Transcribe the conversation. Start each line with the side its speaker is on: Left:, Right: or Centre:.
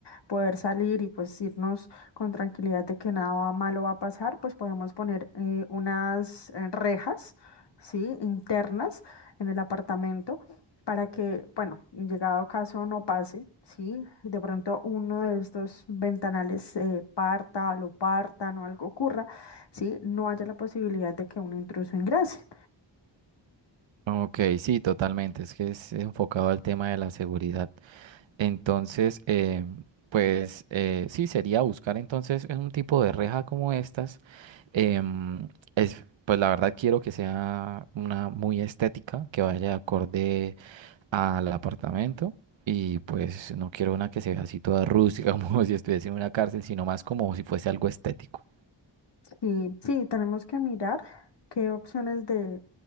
Left: poder salir y pues irnos con tranquilidad de que nada malo va a pasar, pues podemos poner eh, unas eh, rejas, sí, internas en el apartamento para que, bueno, en llegado caso no pase, sí, de pronto uno de estos ventanales eh, parta, lo partan o algo ocurra, sí, no haya la posibilidad de que un intruso ingrese.
Right: Ok, sí, totalmente. Es que es enfocado al tema de la seguridad. Entonces, eh, pues eh, sí, sería buscar entonces un tipo de reja como estas. Em, es, pues la verdad quiero que sea una muy estética, que vaya acorde al apartamento y pues no quiero una que se vea así toda rústica <laughs> como si estuviese en una cárcel, sino más como si fuese algo estético.
Left: Sí, sí, tenemos que mirar qué opciones de,